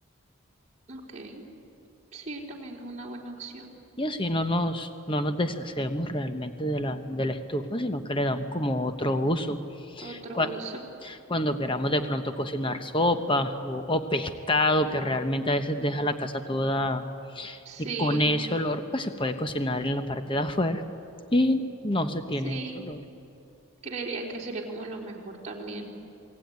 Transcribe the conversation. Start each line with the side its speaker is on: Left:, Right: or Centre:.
Right: Ok, sí, también es una buena opción.
Left: Y así no nos, no nos deshacemos realmente de la, de la estufa, sino que le damos como otro uso.
Right: Otro
Left: Cua-
Right: uso.
Left: Cuando queramos de pronto cocinar sopa o, o pescado, que realmente a veces deja la casa toda
Right: Sí,
Left: y con ese olor, pues se puede cocinar en la parte de afuera y no se tiene
Right: sí.
Left: ese olor.
Right: Creería que sería como lo mejor también.